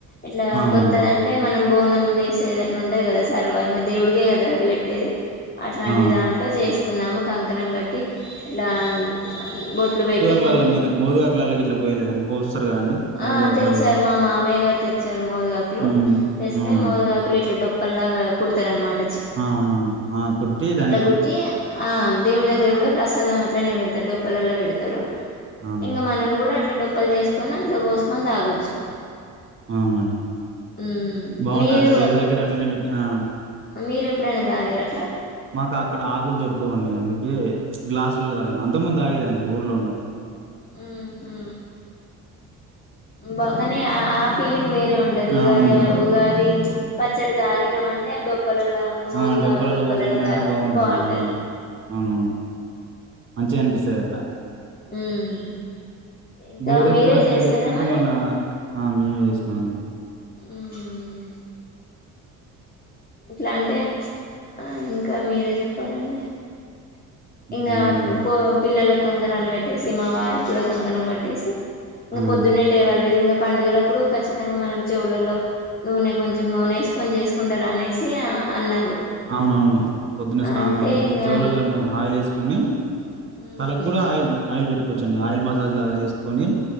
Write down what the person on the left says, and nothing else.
ఇట్లా
కొత్తది అంటే మనం బోనం చేసేది అట్లా ఉంటది కదా సర్వ ఇంకా దేవుడికే కదా అది పెట్టేది అట్లాంటి
దాంట్లో చేసు కున్నాము కంకణం కట్టి ఇట్లా బొట్లు పెట్టి
కుంకు
ఆ తెచ్చారు మా మా అమయ్య గారు తెచ్చారు మోదుగాకులు
తెస్తే
మోదుగాకులు ఇట్లా డప్పు పల్గా కుడతారు అన్మాట
కుట్టి ఆ దేవుడి దగ్గర కూడా ప్రసాదం అట్లనే పెడతారు డొప్పలలో పెడతారు
ఇంకా మనం కూడా డప్పలు చేసుకు కొన్న అందులో పోసుకొని తాగొచ్చు
మ్మ్
మీరు
మీరు ఎప్పుడైనా తాగారా అట్లా
ఉహు బా కాని ఆ ఫీలింగ్ వే ఉంటది ఉగాది
ఉగాది ప ఒకేసారి తాగినమంటే డబ్బ డప్పలలా మోదుగా
డొప్పలలో
తాగితేనే
బాగుంటది
మ్మ్ ఇంకా
మీరే
చేసారా
మరి
మ్మ్ ఇట్లా అంటే ఆ ఇంకా మీరే చెప్పాలండి
ఇంగ పో పిల్లల కంకణాలు కట్టేసి మా వారికి కూడా కంకణం కట్టేసి ఇంకా
పొద్దున్నే లేవాలిద ఇంకా పండుగలప్పుడు ఖచ్చితంగా మనం చెవులలో నూనె కొంచెం నూనె వసుకొని చేసుకుంటారా అనేసి అన్నారు
అంటే
ఇంగా
మ్మ్